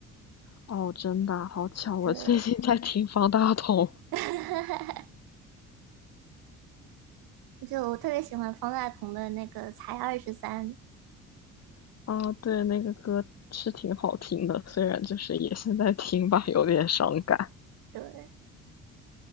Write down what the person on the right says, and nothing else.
对，<laughs> 就我特别喜欢方大同的那个《才二十三》。
对，